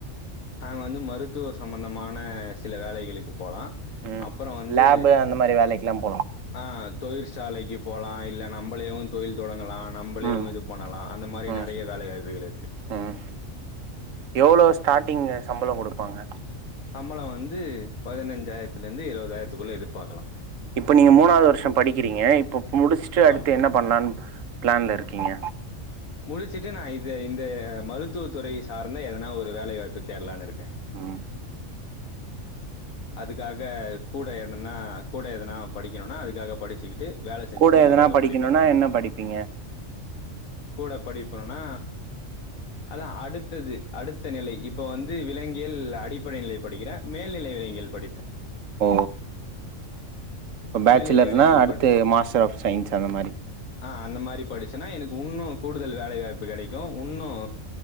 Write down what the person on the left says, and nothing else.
நாங்க வந்து மருத்துவ சம்பந்தமான சில வேலைகளுக்கு போலாம்
அப்புறம் வந்து
ஆ தொழிற்சாலைக்கு போலாம் இல்ல நம்மலீவும் தொழில் தொடங்கலாம் நம்மளேம்
இது பண்ணலாம் அந்த மாதிரி
நிறைய வேலைவாய்ப்புகள் இருக்குது
சம்பளம் வந்து பதினைஞ்சாயிரத்துலிருந்து இருபதாயிரத்துக்குள்ள எதிர்பாக்கலாம்.
ஆமா
முடிச்சுட்டு நா இது இந்த மருத்துவ துறை சார்ந்த எதனா ஒரு வேலைவாய்ப்பு தேடலான்னு இருக்கே
அதுக்காக கூட என்னன்னா கூட எதனா படிக்கணுனா அதுக்காக படிச் வச்சுக்கிட்டு வேலை செஞ்சுட்டே
அதுக்காக
படிப்பேன்.
கூட படிப்பறனா அதான் அடுத்தது அடுத்த நிலை இப்போ வந்து விலங்கியல் அடிப்படை நிலை படிக்கிறேன் மேல்நிலை விலங்கியல் படிப்பேன்
மேல்நிலை விலங்கியல்
படிச்சு
ஆ அந்த மாறி படிச்சுன்னா எனக்கு உன்னும் கூடுதல் வேலை வாய்ப்பு கிடைக்கும் உன்னும்